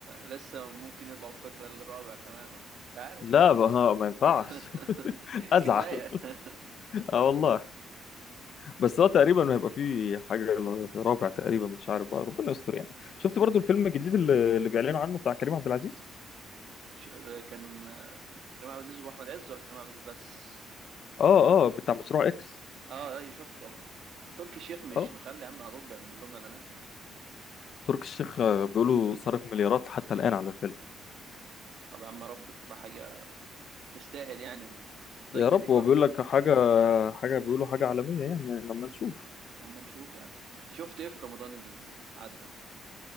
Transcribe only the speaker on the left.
لا ما, ما ينفعش
<laughs> ازعل
اه والله بس هو تقريبا ما هيبقى فيه حاجه رابع تقريبا مش عارف بقى ربنا يستر يعني شفت برضو
الفيلم
الجديد اللي, اللي بيعلنوا عنه بتاع كريم عبد العزيز
اه اه بتاع مشروع اكس
اه
تركي الشيخ آه، بيقولوا صرف مليارات حتى الان على الفيلم
يا رب
هو بيقول لك حاجه حاجه بيقولوا حاجه عالميه يعني لما نشوف